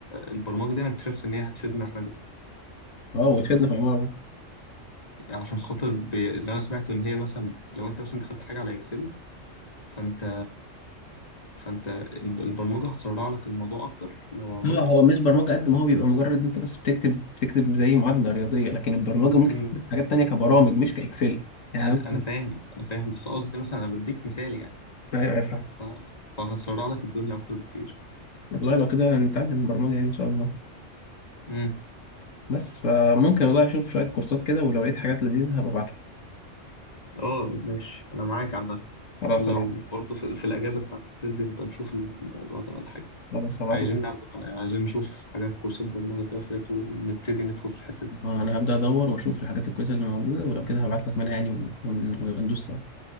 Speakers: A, on the left (about 30°); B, on the left (about 85°).
A: البرمجه دي انا اكتشفت ان هي هتفيدنا احنا الاثنين
B: اه وتفيدنا في العماره
A: يعني عشان خاطر ب... اللي انا سمعته ان هي مثلا لو انت مثلا دخلت حاجه على اكسل فانت فانت الب- البرمجه هتسرع لك الموضوع اكتر لو عملته
B: هو هو مش برمجه قد ما هو بيبقى مجرد انت بس بتكتب بتكتب زي معادله رياضيه لكن البرمجه ممكن
A: أمم،
B: تكتب حاجات تانية كبرامج مش كاكسل يعني
A: انا انا فاهم انا فاهم بس قصدي مثلا انا بديك مثال يعني
B: ايوه أيوة، فاهم
A: ف... فهسرع لك الدنيا اكتر بكتير
B: والله لو كده نتعلم برمجه يعني ان شاء الله
A: امم
B: بس فممكن والله اشوف شويه كورسات كده ولو لقيت حاجات لذيذه هبقى ابعتلك
A: اه ماشي انا معاك عامه
B: خلاص
A: لو
B: هبعت
A: برضه في... في الاجازه بتاعت الصيف دي نبقى نشوف الموضوع ده ولا حاجه
B: خلاص هبعت
A: عايزين ناخد... عايزين نشوف حاجات كورسات برمجه كده وحاجات ونبتدي ندخل في الحته دي
B: آه، انا هبدأ ادور واشوف الحاجات الكويسة اللي موجودة ولو كده هبعت لك منها يعني ون- ون- وندوس سوا